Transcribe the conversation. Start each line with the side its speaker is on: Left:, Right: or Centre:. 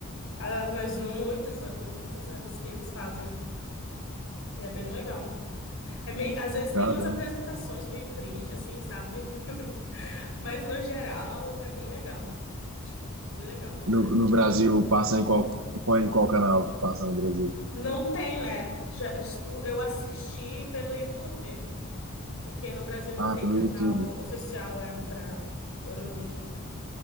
Left: Ah, Mas um, muitos anos, muitos anos que eles fazem. E é bem legal. É meio, às vezes tem
Right: Caramba.
Left: umas apresentações meio cringe, assim, sabe? <laughs> Mas no geral é bem legal. É bem legal,
Right: No,
Left: te recomendo.
Right: no Brasil, passa em qual, qual, em qual canal que passa no Brasil?
Left: Não tem, né? Já- o- Eu assisti pelo YouTube, porque no Brasil não
Right: Ah,
Left: tem
Right: pelo
Left: canal
Right: YouTube.
Left: oficial é para o Eurovision.